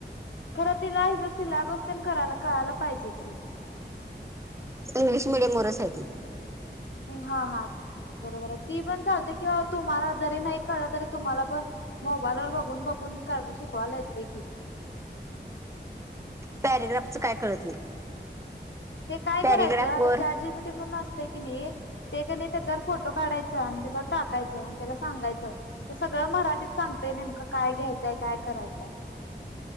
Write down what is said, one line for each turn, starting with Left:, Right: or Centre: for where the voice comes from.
Left: खरं तिला हिज सिलॅबस तेन करायला कळायला पाहिजे कि
Right: इंग्लिश मिडियम वरच आहे ती
Left: हा हा बरोबर आहे ती पण चालतंय किंवा तुम्हाला जरी नाही कळ तरी तुम्हाला पण मोबाईल वर बघून बघून शिकवायला येत की
Right: पॅरेग्राफच काय कळत नाही
Left: ते काय
Right: पॅरेग्राफ
Left: करायचं आता
Right: वर
Left: चाटजीपीटी म्हणून असतंय कणी ते कणी त्याच्यावर फोटो काढायच आणि त्याच्यावर टाकायच आणि त्याला सांगायचं सगळं मराठीत सांग ते नेमकं काय घ्यायचंय काय करायचंय